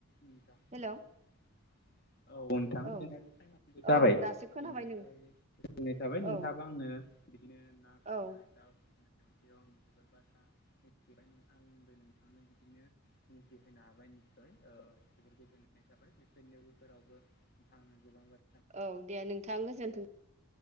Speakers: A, on the left (about 45°); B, on the right (about 30°).
A: मोजां <unintelligible>
B: हेलौ
A: औ नोंथाङा
B: औ
A: दि फैनांगौ जाबाय
B: औ दासो खोनाबाय
A: बेनिफ्राय
B: नों
A: गोजोननाय थाबाय नोंथाङाबा
B: औ
A: आंनो बिदिनो ना फिसिनाय
B: औ
A: दाउ फिसिनाय आं जोबोर बाथ्रा मिथिबाय आंबो नोंथांनो बिदिनो मिथिहोनो हाबाय ओ गोजोननाय थाबाय बेफोरनि गेजेरावबो आंनो गोबां बाथ
B: औ दे नोंथां गोजोनथोंसै